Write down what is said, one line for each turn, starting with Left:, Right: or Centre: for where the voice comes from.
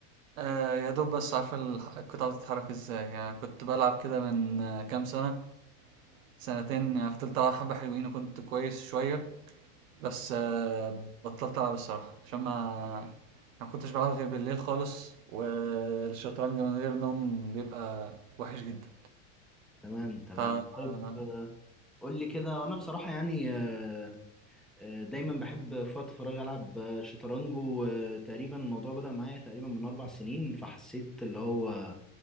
Right: آه، يا دوب بس عارف الح- القطعة بتتحرك ازاي يعني كنت بلعب كده من آه، كام سنة سنتين يعني فضلت العب حبة حلوين وكنت كويس شوية بس آه، بطلت العب الصراحة عشان ما ما كنتش بلعب غير بالليل خالص والشطرنج من غير نوم بيبقى وحش جدا
Centre: تمام تمام
Right: ف آه،
Centre: طيب آه، قول لي كده وانا بصراحة يعني آه، دايما بحب في وقت فراغي العب شطرنج وتقريبا الموضوع بدأ معايا تقريبا من اربع سنين فحسيت اللي هو